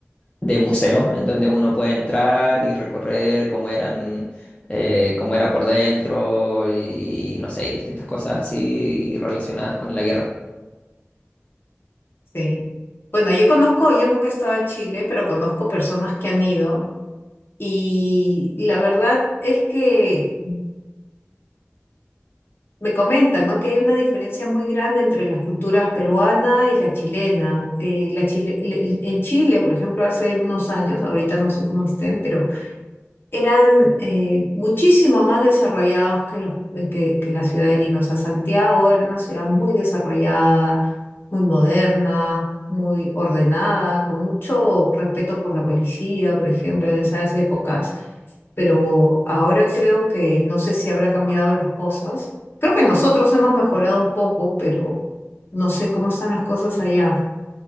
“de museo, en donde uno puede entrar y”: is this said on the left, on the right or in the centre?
Left